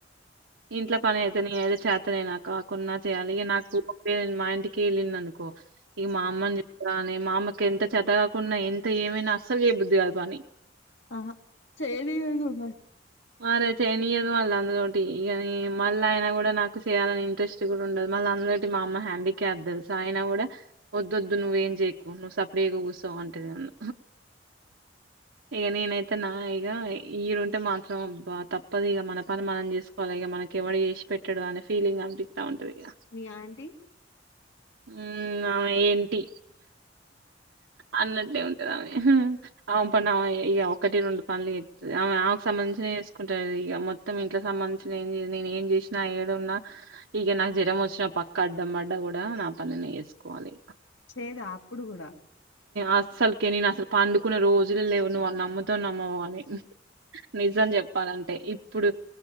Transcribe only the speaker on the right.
ఇంట్లో పని అయితే న ఏదో చేతనే నా కాకున్నా చేయాలి ఇక నాకు మా ఇంటికిళ్ళింది అనుకో ఇక మా అమ్మని చెప్ప మా అమ్మకి ఎంత చేతగాకుండా ఎంత ఏమైనా అస్సలు చేయబుద్ధి కాదు పని
మరే చేయనియదు మల అందరుంటే ఇగ నీ మళ్ళీ అయిన కూడా నాకు చేయాలని ఇంట్రెస్ట్ కూడా ఉండదు మళ్ళీ అందులోకి మా అమ్మ హ్యాండిక్యాప్డ్ తెల్సా అయిన కూడా వద్దొద్దు ఏం చేయకు నువ్ ఏం చేయకు సపడిగా కూర్చో అంటది నన్ను ఇగ నేనైతే నా ఇగ ఈడుంటే మాత్రం అబ్బ తప్పదు ఇగ మన పని మనం చేస్ కోవాలా అలాగే మనకి ఎవడ చేసి పెట్టాడు అనే ఫీలింగ్ అనిపిస్తా ఉంటది ఇగ
ఉమ్ ఆమె ఏంటి అన్నట్టే ఉంటేదామే ఆమె పని ఆమె ఇగ ఒకటి రెండు పనులు చెత్తది ఆమె ఆమెకు సంబంధించినయే చేసుకుంటది ఇక మొత్తం ఇంట్కి సంబంధించి చిన ఏం చేయదు నేను ఏం చేసిన ఏడున్న ఇగ నాకు జ్వరం వచ్చిన పక్క అడ్డం పడ్డ కూడా నా పని నే యేస్కోవాలి
అసలుకి నేను అసలు పండుకున్న రోజులు లేవు నువ్ నమ్ము తావో నమ్మవో అని నిజం చెప్పాలంటే ఇప్పుడు